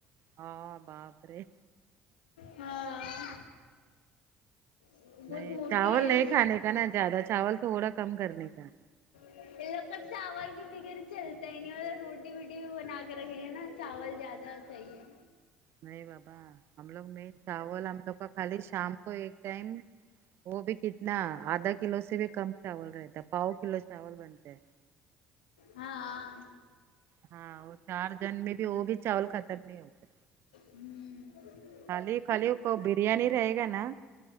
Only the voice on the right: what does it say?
ہاں باپرے
نہیں
چاول
نہیں
کھانے کا نا زیادہ چاول تھوڑا کم کرنے کا
نہیں بابا ہم لوگ مین چاول ہم لوگ کا خالی شام کو ایک ٹائم وہ بھی کتنا آدھا کلو سے بھی کم چاول رہتا ہے پاؤ کلو چاول بنتے ہیں
ہاں وہ چارجن میں بھی وہ بھی چاول ختم نہیں ہوتے
خالی خالی کو بریانی رہے گا نا